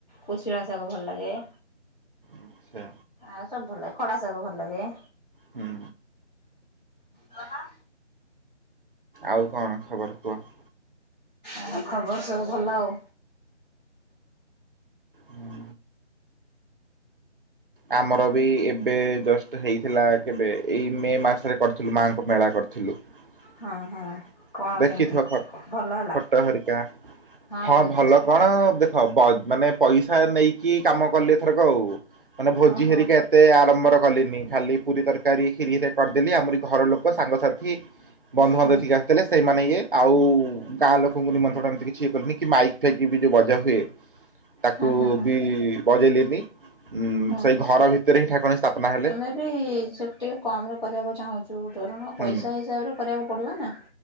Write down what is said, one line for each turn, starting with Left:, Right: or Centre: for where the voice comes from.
Left: କୁଶିଳା ଶାଗ ଭଲ ଲାଗେ।
Right: ଆଛା
Left: ଆଉ ସବୁ ଭଲ ଲାଗେ ଖଡା ସାଗ ଭଲ ଲାଗେ।
Right: ହୁଁ
Left: କଣ?
Right: ଆଉ କଣ ଖବର କୁହ?
Left: ଆ ଖବର ସବୁ ଭଲ ଆଉ।
Right: ହୁଁ। ଆମର ବି ଏବେ ଜଷ୍ଟ ହେଇଥିଲା କେବେ ଏଇ ମେ ମାସରେ କରିଥିଲୁ ମାଙ୍କ ମେଳା କରିଥିଲୁ।
Left: ହଁ
Right: <inaudible>
Left: ହଁ କଣ
Right: ଦେଖିଥିବ
Left: କେମିତି
Right: ଫ
Left: ଭଲ ହେଲା?
Right: ଫଟୋ ହେରିକା ହଁ
Left: ମୁଁ ଦେଖିଛି।
Right: ଭଲ। କଣ ଦେଖ ବ ମାନେ ପଇସା ନେଇକି କାମ କଲେଏଥରକ ଆଉ। ମାନେ ଭୋଜି
Left: ଓହୋ
Right: ହେରିକି ଏତେ ଆରମ୍ବର କଲିନି ଖାଲି ପୁରୀ ତରକାରୀ କ୍ଷୀରିରେ କରିଦେଲି ଆମରି ଘର ଲୋକ ଙ୍କ ସାଙ୍ଗସାଥି ବନ୍ଧୁବାନ୍ଧବତିକି
Left: ହୁଁ
Right: ଆସିଥିଲେ ସେଇମାନେ ଇଏ ଆଉ ଗାଁ ଲୋକଙ୍କୁ ନିମନ୍ତ୍ରଣ ଏମିତି କିଛି ଇଏ କନି କି ମାଇକ୍ ଫାଇକି ବି ଯେଉଁ ବଜା ହୁଏ। ତାକୁ
Left: ହୁଁ ହୁଁ ହୁଁ
Right: ବି ବଜେଇଲିନି ଉଁ
Left: ହୁଁ।
Right: ସେଇ ଘର ଭିତରେ ହିଁ ଠାକୁଣ ସ୍ଥାପନା ହେ
Left: ଆମେ ବି ସେ ଟିକେ କମ ରେ କରିବାକୁ ଚାହୁଁଛୁ ଧରଣ
Right: ହୁଁ।
Left: ପଇସା ହିସାବରେ କରିବାକୁ ପଡିବ ନା।